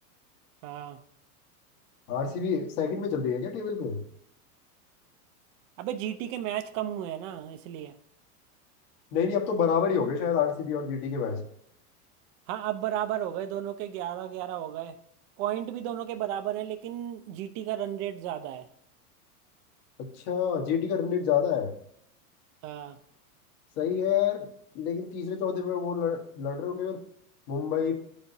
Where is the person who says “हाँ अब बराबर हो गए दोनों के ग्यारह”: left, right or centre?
Right